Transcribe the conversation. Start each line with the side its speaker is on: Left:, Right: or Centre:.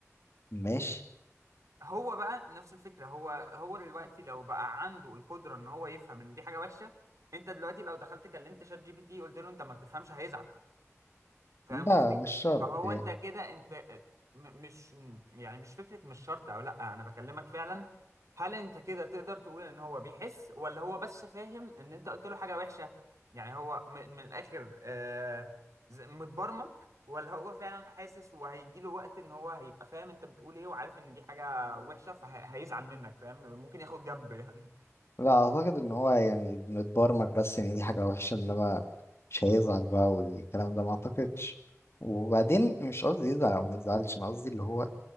Left: ماشي
Right: هو بقى نفس الفكره هو هو دلوقتي لو بقى عنده القدره ان هو يفهم ان دي حاجه وحشه انت دلوقتي لو دخلت كلمت شات جي بي تي قلت له انت ما بتفهمش هيزعل فاهم
Left: لا
Right: قصدي
Left: مش شرط
Right: فهو
Left: يعني
Right: انت كده انت م- مش يعني مش فكره مش شرط او لا انا بكلمك فعلا هل انت كده تقدر تقول ان هو بيحس ولا هو بس فاهم ان انت قلت له حاجه وحشه يعني هو م- من الاخر آه ز- متبرمج ولا هو فعلا حاسس وهيجي له وقت ان هو هيبقى فاهم انت بتقول ايه وعارف ان دي حاجه وحشه فهيزعل منك فاهم ممكن ياخد جنب يعني
Left: لا اعتقد ان هو يعني بنتبرمج بس ان دي حاجه وحشه انما مش هيزعل بقى والكلام ده ما اعتقدش وبعدين مش قصدي يزعل او ما يزعلش انا قصدي اللي هو